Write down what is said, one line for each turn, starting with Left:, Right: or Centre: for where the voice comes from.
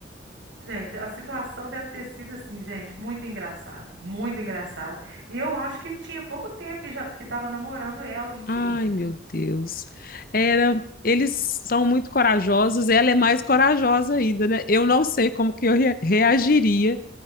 Right: Gente, a situação deve ter sido assim, gente, muito engraçado, muito engraçado. E eu acho que ele tinha pouco tempo que já que estava namorando ela, não tinha?
Left: Ai, meu Deus. Era, eles são muito corajosos, ela é mais corajosa ainda, né? Eu não sei como que eu re- reagiria